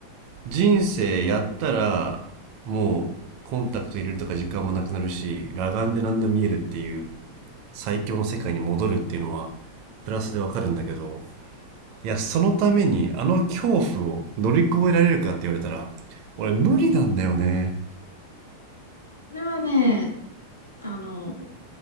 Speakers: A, on the right; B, on the left.
A: 人生やったらもうコンタクト入れるとか時間もなくなるし裸眼で何でも見えるっていう最強の世界に戻るっていうのはプラスでわかるんだけどいや、そのためにあの恐怖を乗り越えられるかって言われたら、
B: うん。
A: 俺無理なんだよね。
B: うん。それはね、あの、